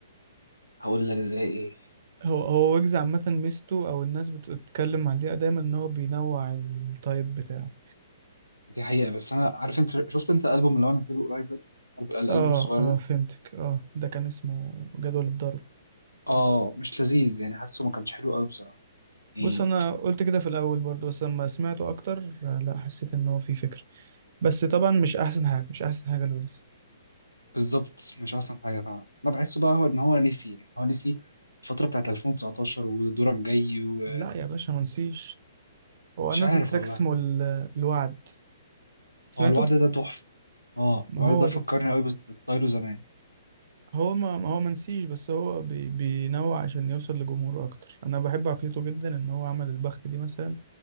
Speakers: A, on the left; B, on the right.
A: هقول لك زي إيه
B: هو هو ويجز عامه ميزته او الناس بتتكلم عليها دايما ان هو بينوع التايب بتاعه
A: دي حقيقة بس أنا عارف أنت شفت أنت الألبوم اللي هو نزله قريب ده الألب- الألبوم
B: اه
A: الصغير
B: اه
A: ده
B: فهمتك اه ده كان اسمه جدول الضرب
A: آه مش لذيذ يعني حاسه ما كانش حلو قوي بصراحة يعني
B: بص انا قلت كده في الاول برضو بس لما سمعته اكتر آه، لا حسيت ان هو فيه فكر بس طبعا مش احسن حاجه مش احسن حاجه لويجز
A: بالظبط مش أحسن حاجة فعلا أنا بحسه بقى هو إن هو نسي يعني هو نسي الفترة بتاعت 2019 ودورك جاي و-
B: لا يا باشا ما نسيش هو
A: ومش
B: نزل
A: عارف
B: تراك
A: والله
B: اسمه ال- الوعد سمعته
A: هو الوعد ده تحفة آه
B: ما
A: الوعد
B: هو
A: ده
B: ده
A: فكرني قوي بس بستايله زمان
B: هو ما, ما هو منسيش بس هو بي بينوع عشان يوصل لجمهوره اكتر انا بحب عقليته جدا ان هو عمل البخت دي مثلا